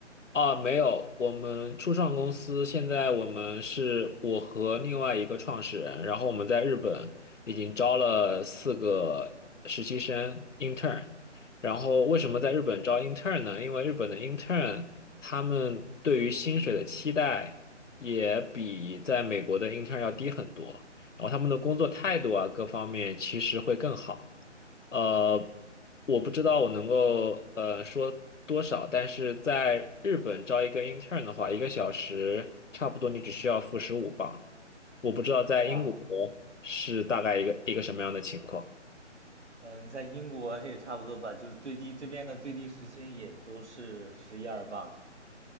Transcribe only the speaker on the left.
啊，没有，我们初创公司，现在我们是我和另外一个创始人，然后我们在日本已经招了四个实习生 intern。然后为什么在日本招 intern 呢？因为日本的 intern 他们对于薪水的期待也比在美国的 intern 要低很多。然后他们的工作态度啊，各方面其实会更好。呃，我不知道我能够呃说多少，但是在日本招一个 intern 的话，一个小时差不多你只需要付十五磅。我不知道在英国
是大概一个一个什么样的情况。